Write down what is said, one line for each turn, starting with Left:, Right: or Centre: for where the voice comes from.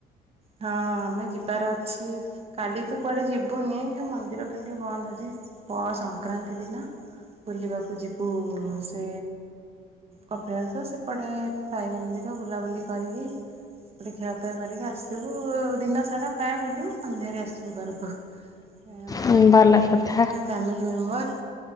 Right: ହଁ ଆମେ ଯିବାର ଅଛି, କାଲି ତ କୁଆଡ଼େ ଯିବୁନି ନା ମନ୍ଦିର ଖାଲି ଟିକେ ବନ୍ଦ ଅଛି ପଅଁ ସଂକ୍ରାନ୍ତି ଦିନ, ବୁଲିବାକୁ ଯିବୁ ସେ, କପିଳାସ ସେପଟେ ସାଇ ମନ୍ଦିର ବୁଲାବୁଲି କରିକି, ସେପଟେ ଖିଆପିଆ କରିକି ଆସିବୁ ଦିନ ସାରା ପ୍ରାୟ ବୁଲିବୁ ସନ୍ଧ୍ୟାରେ ଆସିବୁ ଘରକୁ ହେଁ
Left: ହଁ ଭଲ
Right: ସମସ୍ତେ
Left: କଥା।
Right: ଯାଉଛୁ ଫ୍ୟାମିଲି ମେମ୍ବର,